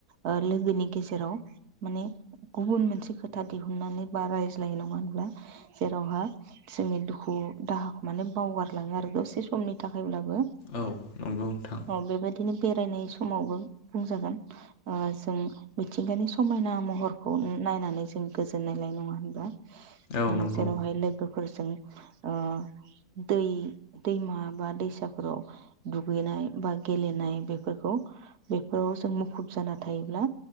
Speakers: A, on the right; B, on the left.
A: ओ लोगोनि गेजेराव माने गुबुन मोनसे खोथा दिहुननानै बा रायज्लायो नङा होनब्ला जेरावहा जोंनि दुखु दाहाखौ माने बावगारलाङो आरो दसे समनि थाखायब्ला बो
B: औ नंगौ नोंथां
A: ओ बेबायदिनो बेरायनाय समावबो बुंजागोन ओ जों मिथिंगानि समायना महरखौनो नायनानै जों गोजोनाय लायो नङा होमबा?
B: औ
A: ओ
B: नंगौ
A: जेरावहाय लोगोफोरजों ओ दै दैमा बा दैसा फोराव दुगैनाय बा गेलेनाय बेफोरखौ बेफोराव जों मुखुब जाना थायोब्ला